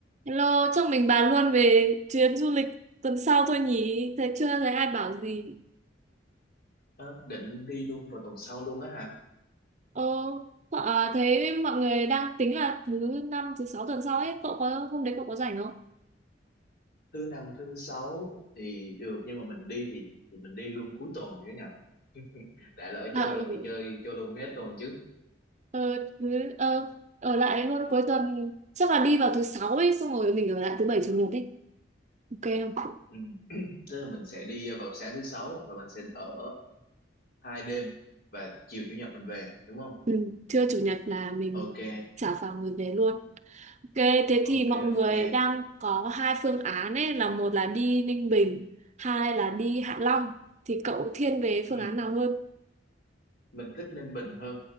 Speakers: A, on the right; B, on the left.
A: Hello, chắc mình bàn luôn về chuyến du lịch tuần sau thôi nhỉ? Thấy chưa thấy ai bảo gì.
B: Đó, định đi luôn vào tuần sau luôn á hả?
A: Ờ, cậu- à, thấy mọi người đang tính là thứ năm, thứ sáu tuần sau ấy. Cậu có hôm đấy cậu có rảnh không?
B: Thứ năm, thứ sáu thì được nhưng mà mình đi thì thì mình đi luôn cuối tuần cả nhà. Đã lỡ
A: À,
B: chơi rồi
A: ừ.
B: thì chơi cho luôn hết tuần chứ.
A: Ờ, thứ, ờ, ở lại luôn cuối tuần. Chắc là đi vào thứ sáu ấy, xong rồi mình ở lại thứ bảy chủ nhật ấy. Ok không?
B: Ừ. Tức là mình sẽ đi vào sáng thứ sáu và mình sẽ ở hai đêm và chiều chủ nhật mình về đúng không?
A: Ừ, trưa chủ nhật là mình
B: Ok,
A: trả phòng rồi về luôn. Ok, thế
B: ok,
A: thì mọi người
B: ok.
A: đang có hai phương án ấy, là một là đi Ninh Bình, hai là đi Hạ Long. Thì cậu thiên về
B: Ừ.
A: phương án nào hơn?
B: Mình thích Ninh Bình hơn.